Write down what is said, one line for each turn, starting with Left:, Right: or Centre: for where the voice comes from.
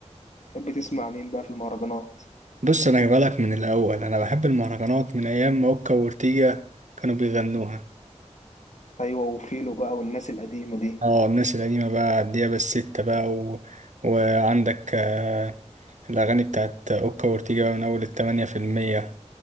Left: تحب تسمع مين بقى في المهرجانات
Right: بص انا جايبلك من الاول انا بحب المهرجانات من ايام ما اوكا وأورتيجا كانوا بيغنوها
Left: ايوه وفيلو بقى والناس القديمه دي
Right: اه الناس القديمة بقى الديابة الستة بقى و... وعندك آه، الاغاني بتاعت اوكا وأورتيجا بقى من اول التمانية في المية